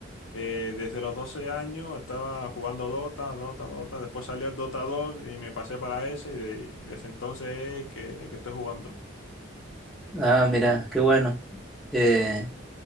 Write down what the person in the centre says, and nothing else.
Ah, mira, qué bueno. Eh,